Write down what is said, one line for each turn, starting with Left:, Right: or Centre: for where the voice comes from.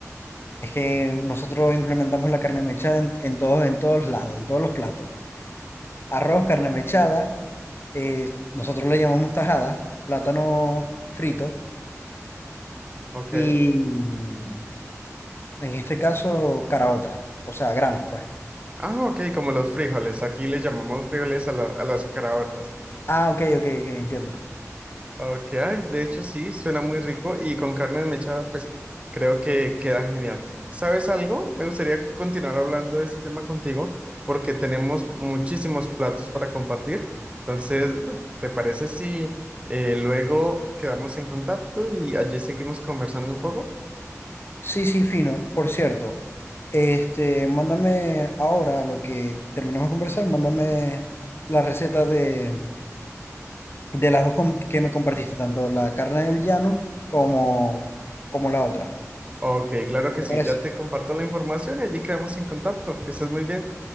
Left: Es que nosotros implementamos la carne mechada en, en todos, en todos lados, en todos los platos. Arroz, carne mechada, eh, nosotros le llamamos tajada, plátano frito
Right: Ok.
Left: y en este caso caraota, o sea, granos, pues.
Right: Ah, ok, como los frijoles. Aquí le llamamos frijoles a, la- a las caraotas.
Left: Ah, ok, ok, ok, entiendo.
Right: Ok, ay, de hecho sí, suena muy rico y con carne mechada, pues creo que queda genial. ¿Sabes algo? Me gustaría continuar hablando de este tema contigo porque tenemos muchísimos platos para compartir. Entonces, bueno, ¿te parece si eh, luego quedamos en contacto y allí seguimos conversando un poco?
Left: Sí, sí, fino. Por cierto, este, mándame ahora lo que terminamos de conversar, mándame la receta de De las dos com- que me compartiste, tanto la carne del llano como, como la otra.
Right: Ok, claro que
Left: ¿Te
Right: sí,
Left: parece?
Right: ya te comparto la información y allí quedamos en contacto. Que estés muy bien.